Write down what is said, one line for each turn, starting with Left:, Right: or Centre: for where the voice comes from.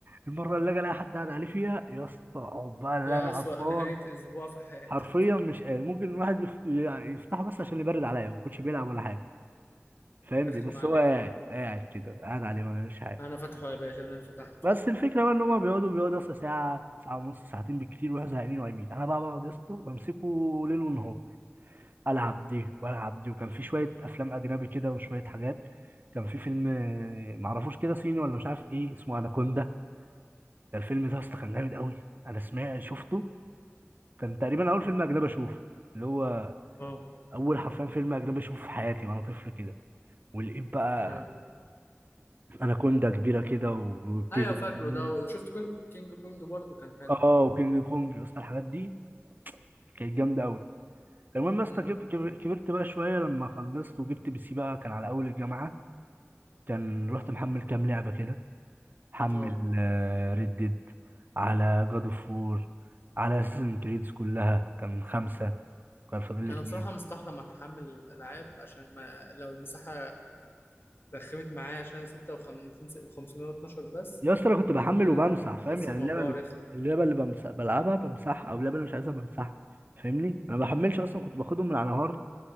Right: المره اللي اجي الاقي حد قاعد عليه فيها يا اسطى اقعد بقى اللي
Left: يا
Right: انا
Left: أسوأ
Right: قرفان
Left: نهاية أسبوع في حياتك
Right: حرفيا مش قادر ممكن الواحد يف... يعني يفتحه بس عشان يبرد عليا ما كنتش بيلعب ولا حاجه فاهم
Left: يرخم
Right: بي- بس
Left: عليك
Right: هو قاعد
Left: اه
Right: قاعد كده قاعد عليه ما بيعملش حاجه
Left: انا فتحه يا باشا انا اللي فتحته
Right: بس الفكره بقى ان هما بيقعدوا بيقعدوا يا اسطى ساعه ساعه ونص ساعتين بالكتير ويروحوا زهقانين ونايمين انا بقى بقعد يا اسطى بمسكه ليل ونهار العب دي والعب دي وكان في شويه افلام اجنبي كده وشويه حاجات كان في فيلم آه، معرفوش كده صيني ولا مش عارف ايه اسمه اناكوندا ده الفيلم ده اصلا كان جامد قوي انا سمعت شفته كان تقريبا اول فيلم اجنبي اشوفه اللي هو
Left: اه
Right: اول حرفيا فيلم اجنبي اشوفه في حياتي وانا طفل كده ولقيت بقى
Left: ايوه
Right: اناكوندا كبيره كده وبتجري
Left: ايوه فاكره
Right: والناس
Left: ده وشفت كونج كينج كونج برضو كان حلو
Right: اه وكينج كونج يا اسطى الحاجات دي كانت جامده قوي المهم يا
Left: امم
Right: اسطى كب- كب- كبرت بقى شويه لما خلصت وجبت بي سي بقى كان على اول الجامعه كان رحت محمل كام لعبه كده حمل
Left: اه
Right: ريد ديد على جاد اوف وور على اساسن كريدز كلها كان خمسة كان فاضل لي
Left: انا
Right: اتنين
Left: بصراحه مستحرم احمل الالعاب عشان ما لو المساحه رخمت معايا عشان 56 512 بس
Right: يا اسطى انا كنت بحمل
Left: آه،
Right: وبمسح
Left: احس
Right: فاهم يعني
Left: الموضوع
Right: اللعبة ال-
Left: رخم
Right: اللعبة اللي بمسح بلعبها بمسحها او اللعبة اللي مش عايزها بمسحها فاهمني انا ما بحملش اصلا كنت باخدهم من على هارد